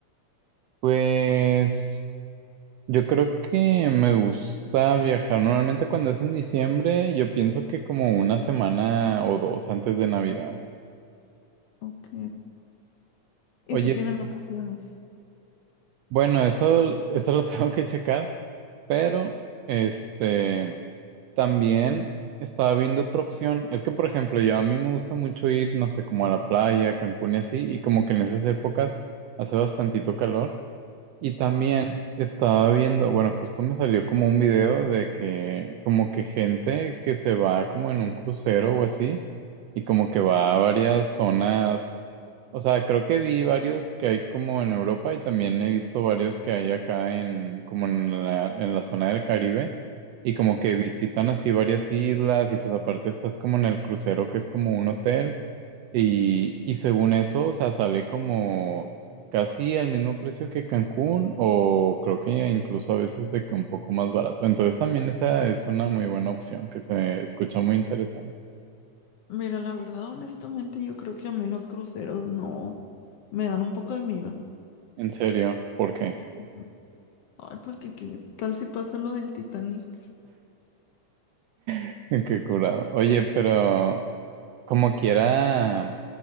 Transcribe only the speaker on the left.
Ok. ¿Y
si tienes vacaciones?
Mira, la verdad, honestamente, yo creo que a mí los cruceros no me dan un poco de miedo.
Ujú. Ay, porque qué tal si pasa lo del Titanic.